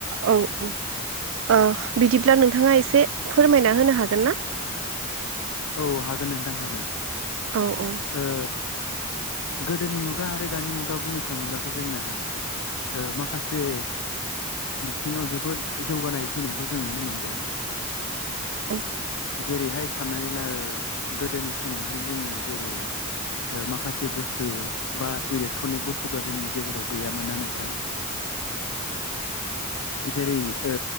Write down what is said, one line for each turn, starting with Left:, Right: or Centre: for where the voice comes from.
Right: औ औ ओ बिदिब्ला नोंथाङा एसे फोरमायना होनो हागोन ना?
Left: <inaudible> औ हागोन नोंथां हागोन।
Right: औ औ।
Left: ओ गोदोनि मुगा आरो दानि मुगा बुंनो थाङोब्लाथ' जोंना ओ माखासे बिथिंङाव जोबोद जौगानाय फैनायखौ जों नुनो मोनदों।
Right: औ।
Left: जेरैहाय साननानै ला गोदोनि समावहाय जोङो जेरै ओ माखासे बुस्थु बा इलेक्ट्रनि बुस्थुफ्रा जोंनि गेजेराव गैयामोन ना नोंथां <inaudible> जेरै ओ